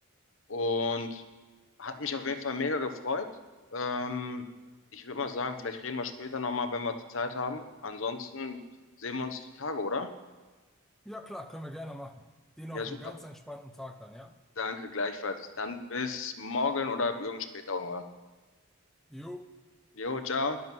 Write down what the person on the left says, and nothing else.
Und hat mich auf jeden Fall mega gefreut. Ähm, ich würde mal sagen, vielleicht reden wir später nochmal, wenn wir die Zeit haben. Ansonsten sehen wir uns die Tage, oder?
Ja, super.
Danke gleichfalls. Dann bis morgen oder irgend später irgendwann.
Jo, ciao.